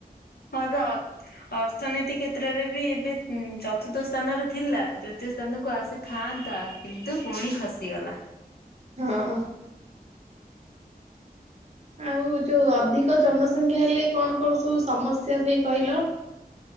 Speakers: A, on the left; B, on the right.
A: ହଁ ର ଅର ଅର୍ଥନୀତି କେ ତ୍ରରେ ବି ଏବେ ଉଁ ଚତୁର୍ଥ ସ୍ଥାନରେ ଥିଲା ତୃତୀୟ ସ୍ଥାନକୁ ଆସିଥାନ୍ତା କିନ୍ତୁ ପୁଣି ଖସିଗଲା।
B: ହଁ। ଆଉ ଯୋଉ ଅଧିକ ଜନ ସଂଖ୍ୟା ହେଲେ କଣ କଣ ସବୁ ସମସ୍ୟା ହୁଏ କହିଲ।